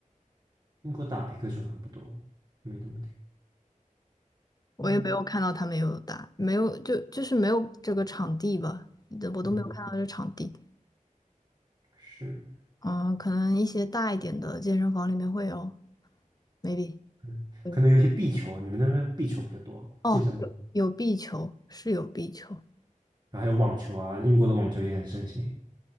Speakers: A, on the right (about 30°); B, on the left (about 30°).
A: 英国打皮克球的还不多，没怎么听。
B: 我也没有看到他们有打，
A: 英
B: 没有就就是没有这个场地吧，我都没有看到这场地。
A: 嗯是，
B: 嗯，可能一些大一点的健身房里面会有，maybe
A: 嗯，
B: 嗯
A: 可能有一些壁球啊，你们那边壁球比较多，
B: 哦，
A: 健身房，
B: 有有壁球，是有壁球。
A: 然后还有网球啊，英国的网球也很盛行。